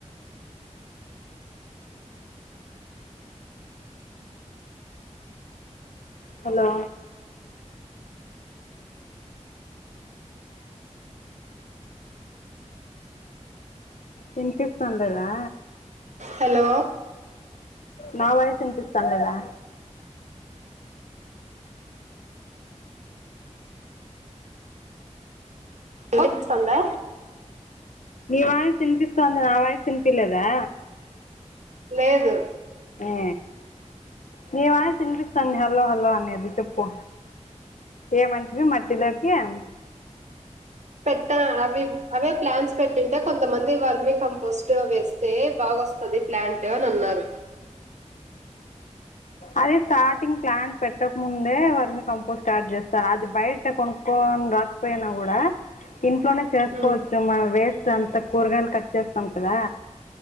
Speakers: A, on the left; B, on the right.
A: హలో వినిపిస్తాండదా
B: హలో
A: నా వాయిస్ తినిపిస్తాండదా
B: వినిపిస్తందా
A: నీ వాయిస్ వినిపిస్తాంది నా వాయిస్ వినిపిలేదా
B: లేదు
A: ఆ నీ వాయిస్ వినిపిస్తది హలో హలో అనేది చెప్పు ఏమంటివి మట్టిలే కేం
B: <unintelligible> అవి అవే ప్లాన్స్ పెట్టింటే కొంతమంది వర్మీ కంపోస్ట్ వేస్తే బాగ వస్తుది ప్లాంట్ అని అన్నారు
A: అది స్టార్టింగ్ ప్లాన్ పెట్టక ముందే వర్మి కంపోజట్ స్టార్ట్ చేస్తారు అది బయట కొనుక్కొని రాకపోయినా కూడా ఇంట్లోనే చేసుకోవచ్చు
B: ఉమ్
A: మనం వేస్ట్ అంత కూరగాయలు కట్ చేస్తాం కదా